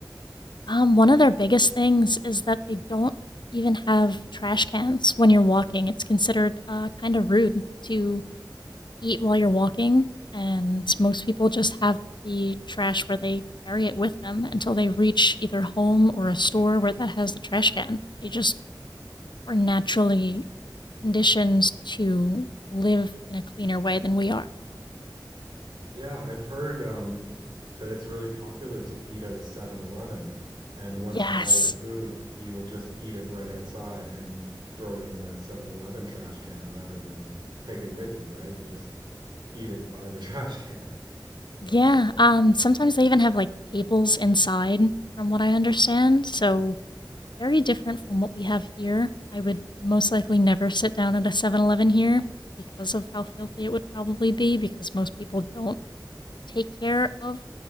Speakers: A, on the left; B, on the right.
A: Um, one of their biggest things is that they don't even have trash cans when you're walking. It's considered uh, kind of rude to eat while you're walking, and most people just have the trash where they carry it with them until they reach either home or a store where that has the trash can. They just are naturally conditioned to live in a cleaner way than we are.
B: Yeah, I've heard um, that it's really popular to eat at a Seven Eleven, and once
A: Yes.
B: you buy your food, you will just eat it right outside and throw it in the Seven Eleven trash can rather than take it with you, right? You just eat it by the <laughs> trash can. But
A: Yeah. Um sometimes they even have like tables inside from what I understand. So very different from what we have here. I would most likely never sit down at a Seven Eleven here because of how filthy it would probably be because most people don't take care of,